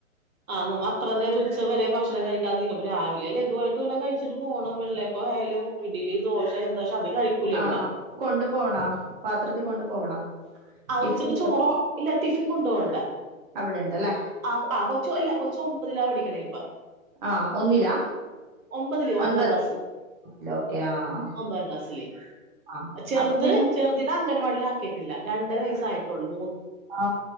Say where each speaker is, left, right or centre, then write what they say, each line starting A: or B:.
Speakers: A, on the right; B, on the right.
A: ആഹ് നമ്മ അത്ര നേം ഉച്ചവരെ ഭക്ഷണം കഴിക്കാതിരിക്കപ്പ രാവിലെ ലഘുവായിട്ട് വല്ലാം കഴിച്ചിട്ട് പോകണം വെള്ളപ്പോ ആയാലും ഇടില് ദോശ എന്താ അത് കഴിക്കൂല
B: ആ
A: ഇവിടെ
B: ആ കൊണ്ടു പോണോ പാത്രത്തിൽ കൊണ്ടു പോവണോ
A: ആ
B: ടിഫിൻ
A: ഉച്ചക്ക് ചോറോ ഇല്ല ടിഫിൻ കൊണ്ടു പോവണ്ട
B: അവിടെ ഉണ്ടല്ലേ
A: <unintelligible> ഒമ്പതിലാ പഠിക്കണേ ഇപ്പ
B: ആഹ് ഒന്നിലാ
A: ഒമ്പത് ഒമ്പതാം
B: ഒൻപതാം
A: ക്ലാസില്
B: ഓക്കെ ആഹ്
A: ഒമ്പതാം ക്ലാസ്
B: ആഹ്
A: ചെറുത്
B: അപ്പൊ പിന്നെ
A: ചെറുതിനങ്ങനെ രണ്ടര വയസ്സായിട്ടുള്ളു
B: ആ